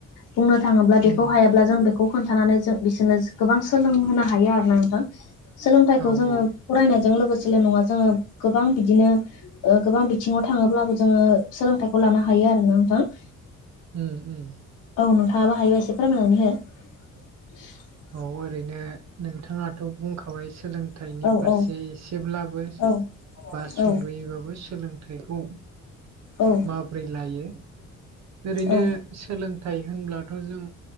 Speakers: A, on the left; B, on the right.
A: बुंनो थाङोब्ला
B: उम
A: बेखौ हायाब्ला जों बेखौ खोन्थानानै जों बिसोरनो गोबां सोलोंहोनो हायो आरोना नोंथां सोलोंथाइखौ
B: औ
A: जोङो
B: औ
A: फरायनायजों लोगोसेल नङा जोङो गोबां बिदिनो ओ गोबां बिथिङाव थाङोब्लाबो जोङो सोलोंथाइखौ लानो हायो आरोना नोंथां।
B: <unintelligible>
A: औ नोंथाङाबो हायोबाय एसे फोरमायनानै हो <unintelligible>
B: बे ओरैनो नों बिथाङाथ' बुंखावाय सोलों सोलोंथाइनि
A: औ
B: फारसे
A: औ
B: एसेब्लाबो
A: औ
B: बा सुंद'यैबाबो
A: औ
B: सोलोंथाइखौ
A: औ
B: माबोरै लायो ओरैनो
A: औ
B: सोलोंथाइ होनब्लाथ' जों